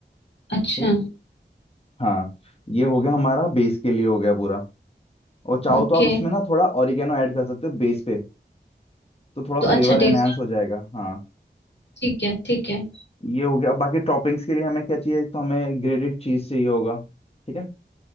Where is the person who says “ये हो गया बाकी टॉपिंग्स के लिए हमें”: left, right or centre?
Left